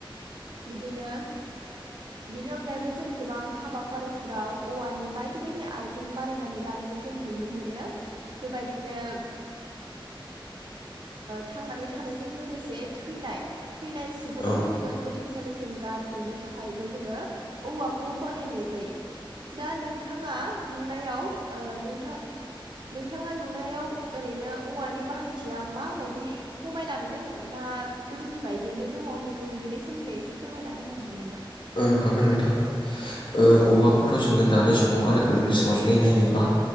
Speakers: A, on the right; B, on the left.
A: बिदिनो
B: <inaudible>
A: बेनि अनगायैबो जों गोबां हाबाफारिफोराव औवानि बायदि बायदि आयजें बानायनानै लानायखौ जों नुनो मोनो बेबायदिनो थांनानै थानायजों लोगोसे थैनाय थैनाय सुबुंखौ
B: औ
A: जोङो फाथैसालिसिम गारहैनो थाखायबो जोङो औवाखौ बाहायनाय जायो। दा नोंथाङा। नुनायाव नोंथां नोंथाङा नुनायाव ओरैनो औवानि बाहाय खुथिया माबायदि खमायलांदों ना गोदोनि बायदियैनो दङ बेखौ बेनि सोमोन्दै एसे फोरमायना होनो हागोन नामा?
B: ओ हागोन नोंथां। औवाखौथ' जोङो दानि समाव आरो गोदोनि समाव जुदि नायोबा